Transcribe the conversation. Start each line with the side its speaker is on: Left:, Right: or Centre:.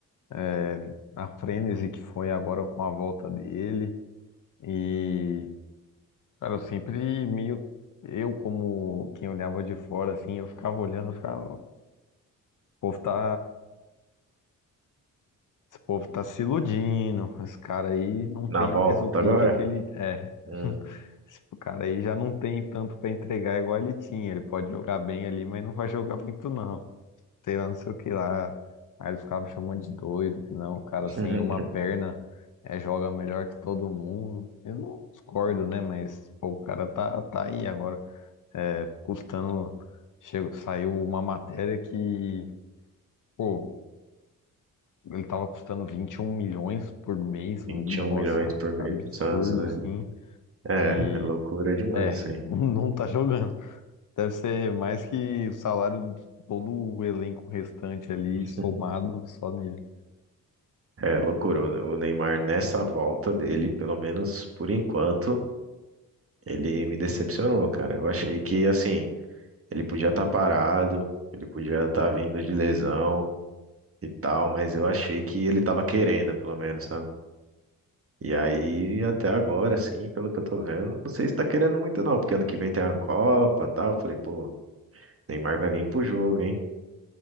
Left: é, a frenesi que foi agora com a volta dele e Cara, eu sempre meio. Eu, como quem olhava de fora, assim, eu ficava olhando, eu ficava. O povo tá. Esse povo tá se iludindo. Esse cara aí não
Right: Na
Left: tem
Right: volta
Left: mais o pique
Right: agora?
Left: que ele. É.
Right: Hum.
Left: <laughs> Esse cara aí já não tem tanto pra entregar igual ele tinha. Ele pode jogar bem ali, mas não vai jogar muito, não. Sei lá, não sei o que lá. Aí eles ficavam me chamando de doido, que não, o cara
Right: <laughs>
Left: sem uma perna é, joga melhor que todo mundo. Eu não discordo, né? Mas, pô, o cara tá, tá aí agora. É, custando. Chegou, saiu uma matéria que, pô, ele tava custando 21 milhões por mês,
Right: vinte
Left: um negócio
Right: e um milhões por mês
Left: absurdo
Right: pro Santos, né?
Left: assim.
Right: É,
Left: E
Right: é loucura demais
Left: é,
Right: isso aí.
Left: <laughs> não tá jogando. Deve ser mais que o salário de todo o elenco restante ali
Right: <laughs>
Left: somado só nele.
Right: É loucura. O o Neymar, nessa volta dele, pelo menos por enquanto, ele me decepcionou, cara. Eu achei que, assim, Ele podia estar parado, ele podia estar vindo de lesão e tal, mas eu achei que ele estava querendo, pelo menos, sabe? E aí, até agora, assim, pelo que eu tô vendo, não sei se tá querendo muito não, porque ano que vem tem a Copa e tal. Eu falei, pô, Neymar vai vir pro jogo, hein?